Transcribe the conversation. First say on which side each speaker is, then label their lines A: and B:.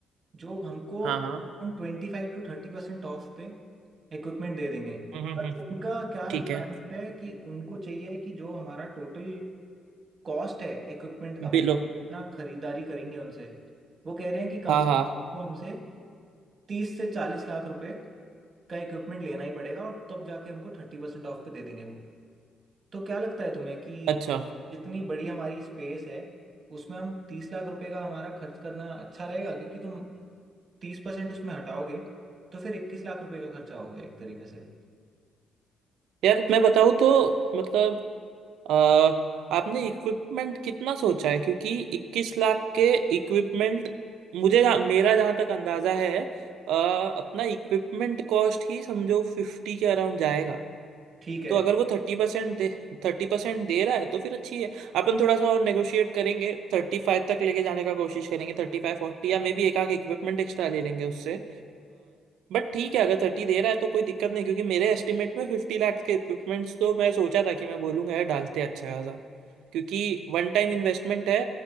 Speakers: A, on the right; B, on the right.
A: जो हमको
B: हाँ हाँ
A: ट्वेंटी फाइव टू थर्टी परसेंट ऑफ पे इक्विपमेंट दे देंगे
B: हम्म हम्म
A: पर
B: हम्म,
A: उनका क्या
B: ठीक
A: रिक्वायरमेंट
B: है
A: है कि उनको चाहिए कि जो हमारा टोटल कॉस्ट है इक्विपमेंट का मतलब
B: बिलो
A: हम अपना खरीदारी करेंगे उनसे वो कह रहे हैं कि कम
B: हाँ
A: से
B: हाँ
A: कम उनको हमसे तीस से चालीस लाख रुपए का इक्विपमेंट लेना ही पड़ेगा और तब जाके हमको थर्टी परसेंट ऑफ पे दे देंगे वो तो क्या लगता है तुम्हें कि
B: अच्छा
A: जितनी बड़ी हमारी स्पेस है उसमें हम तीस लाख रुपए का हमारा खर्च करना अच्छा रहेगा क्योंकि तुम तीस परसेंट उसमें हटाओगे तो फिर इक्कीस लाख रुपए का खर्चा हो गया एक तरीके से
B: यार मैं बताऊँ तो मतलब अ, आपने इक्विपमेंट कितना सोचा है क्योंकि 21 लाख के इक्विपमेंट मुझे जहाँ- मेरा जहाँ तक अंदाजा है अ, अपना इक्विपमेंट कॉस्ट ही समझो फिफ्टी के अराउंड जाएगा
A: ठीक है
B: तो अगर वो थर्टी परसेंट दे थर्टी परसेंट दे रहा है तो फिर अच्छी है अपन थोड़ा सा और नेगोशिएट करेंगे थर्टी फाइव तक लेके जाने का कोशिश करेंगे थर्टी फाइव फोर्टी या मे बी एक आख इक्विपमेंट एक्स्ट्रा ले लेंगे उससे बट ठीक है अगर थर्टी दे रहा है तो कोई दिक्कत नहीं क्योंकि मेरे एस्टिमेट में फिफ्टी लाख के इक्विपमेंट्स तो मैं सोचा था कि मैं बोलूंगा यार डालते हैं अच्छा खासा क्योंकि वन टाइम इन्वेस्टमेंट है